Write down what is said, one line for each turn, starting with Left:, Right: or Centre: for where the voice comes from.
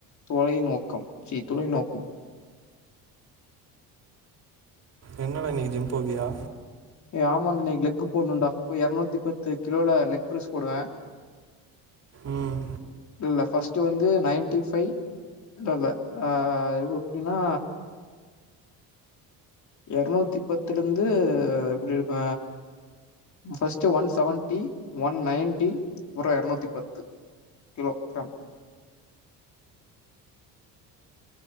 Left: தொளை நோக்கம் சீ துளை நோக்கு
Right: என்னடா இன்னக்கி ஜிம் போவியா
Left: ஏ ஆமா இன்னக்கு லெக் போடணுன்டாபோய் எர்நூத்தி பத்து கிலோல லெக் ப்ர்ஸ் போடுவ
Right: ம்
Left: இல்ல ஃபஸ் டு வந்து நைன்டி ஃபைவ் இல்ல இல்ல அ எப்டினா எருநூத்தி பத்துலேந்து எப்டி இருப்ப first one seventy one ninety உற்ற எர்நூத்தி பத்து கிலோ டன்